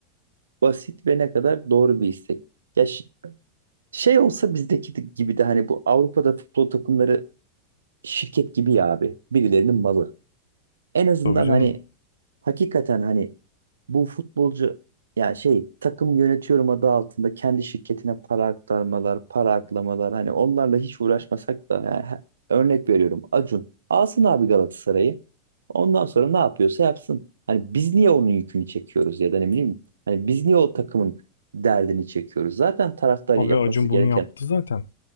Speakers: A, on the right; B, on the left.
A: basit ve ne kadar doğru bir istek. Ya ş- şey olsa bizdeki de- gibi de hani bu Avrupa'da futbol takımları şirket gibi ya abi. Birilerinin malı. en azından
B: Tabii canım.
A: hani hakikaten hani bu futbolcu ya şey takım yönetiyorum adı altında kendi şirketine para aktarmalar, para aklamalar hani onlarla hiç uğraşmasak da ya, örnek veriyorum Acun alsın abi Galatasaray'ı. Ondan sonra ne yapıyorsa yapsın. Hani biz niye onun yükünü çekiyoruz ya da ne bileyim hani biz niye o takımın derdini çekiyoruz? Zaten taraftar
B: Abi
A: yapması
B: Acun
A: gereken
B: bunu yaptı zaten.